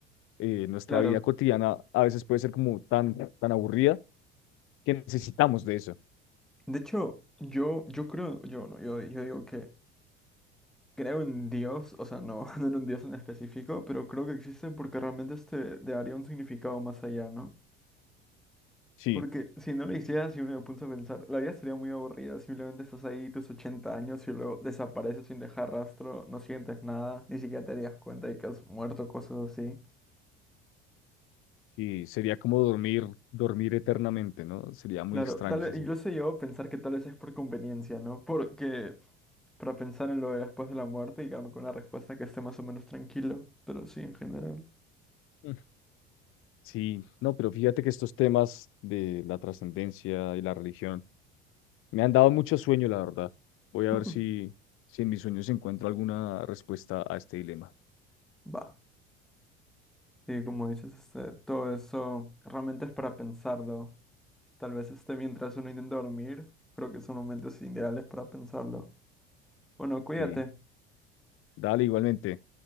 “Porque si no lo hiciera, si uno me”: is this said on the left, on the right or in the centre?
Centre